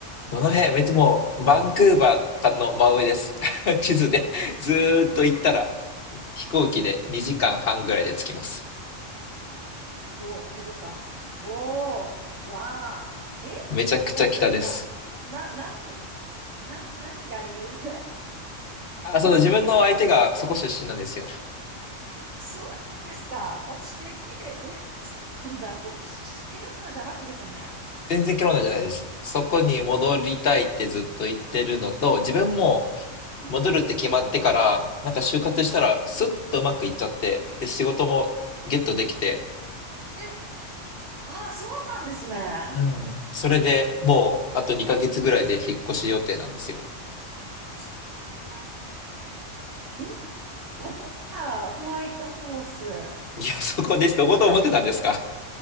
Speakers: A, on the left (about 50°); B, on the right (about 70°).
A: どの辺めっちゃもう、バンクーバーの真上です。<laughs> 地図でずーっと行ったら、
B: はあ
A: 飛行機で2時間半ぐらいで着きます。
B: お、ここか。おー、わあえ
A: めちゃくちゃ北です。
B: な、なんか、な、何、な、何が理由で
A: あ、その自分の相手がそこ出身なんですよ。
B: そうですか。私、てっきり、え、そうなんだ。ここ、シシケルナじゃないんですね。
A: 全然ケロナじゃないです。そこに戻りたいってずっと言ってるのと、自分も
B: あ
A: 戻るって決まってから、
B: あ、
A: なんか就活したらスッとうまくいっちゃって、
B: うんうん。
A: で、仕事もゲットできて、
B: え、ああ、そうなんですね。
A: うん。
B: ホ
A: それでもうあと2ヶ月ぐらいで引っ越し予定なんですよ。
B: ワイトホース。そうなんだ。え、ここか、ホワイトホース。
A: いや、そこです。どこと思ってたんですか